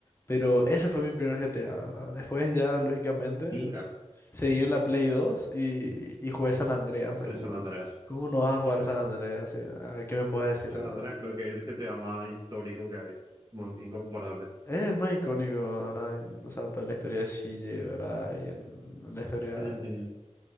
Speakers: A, on the left; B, on the right.
A: Pero ese fue mi primer GTA, ¿verdad? Después ya, lógicamente,
B: Hija.
A: s- seguí en la Play dos y, y jugué San Andreas. O
B: El
A: sea, como,
B: San Andreas.
A: ¿cómo no vas a jugar
B: Sí.
A: San Andreas? Sí, a ver, ¿qué me puedes decir?
B: San
A: eh?
B: Andreas creo que es el GTA más histórico que hay. No, incomparable.
A: Eh, Es más icónico, ¿verdad? En- O sea, toda la historia de CJ, ¿verdad? Y en, en la historia...
B: Eh,